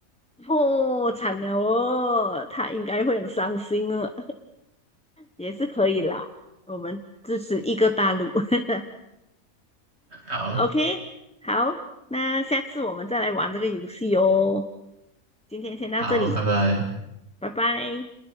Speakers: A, in the centre; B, on the right.
A: 破产了哦，他应该会很伤心哦，也是可以啦。我们支持一个大陆。<laughs>
B: 好，
A: OK，好，那下次我们再来玩这个游戏哦。今天先到这里，
B: 好，拜拜。
A: 拜拜。